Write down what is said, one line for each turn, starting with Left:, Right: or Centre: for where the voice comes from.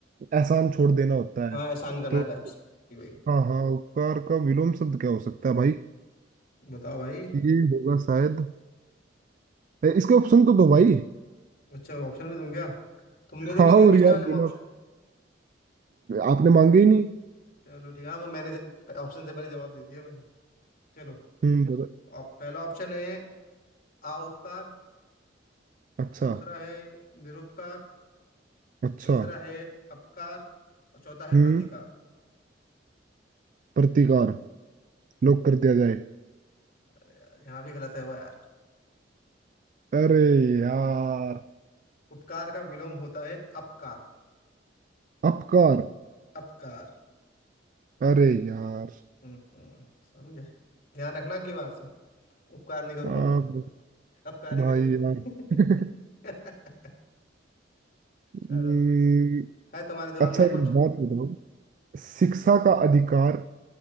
Right: एहसान छोड़
Left: हाँ
Right: देना होता
Left: हाँ,
Right: है
Left: एहसान करना
Right: तो
Left: टाइप्स भाई
Right: हाँ हाँ उपकार का विलोम शब्द क्या हो सकता है भाई
Left: बताओ भाई
Right: ये होगा शायद इसके ऑप्शन तो दो भाई
Left: अच्छा ऑप्शन भी दूं क्या तुमने तो
Right: हाँ
Left: नहीं दिया
Right: और
Left: पिछले
Right: यार
Left: वाले
Right: बिना
Left: में ऑप्शन
Right: आपने मांगे ही नहीं
Left: चलो ठीक है हाँ वो मैंने ऑप्शन से पहले जवाब दे दिया मैंने चलो
Right: हम्म बता-
Left: आप पहला ऑप्शन है आ उपकार
Right: अच्छा
Left: दूसरा है निरुपकार
Right: अच्छा
Left: तीसरा है अपकार और चौथा है
Right: हम्म
Left: प्रतिकार
Right: प्रतिकार लॉक कर दिया जाए
Left: अरे यार यहाँ भी गलत है वो यार
Right: अरे यार
Left: उपकार का विलोम होता है अपकार
Right: अपकार
Left: अपकार
Right: अरे यार
Left: हम्म, हम्म, समझे ध्यान रखना अगली बार से उपकार नहीं करूंगा
Right: आप
Left: फिर अब कार्य
Right: भाई
Left: करेंगे
Right: यार
Left: <laughs>
Right: <laughs> हम्म,
Left: चलो तो है तुम्हारे दिमाग
Right: अच्छा
Left: में है
Right: एक
Left: कुछ
Right: बात बताओ शिक्षा का अधिकार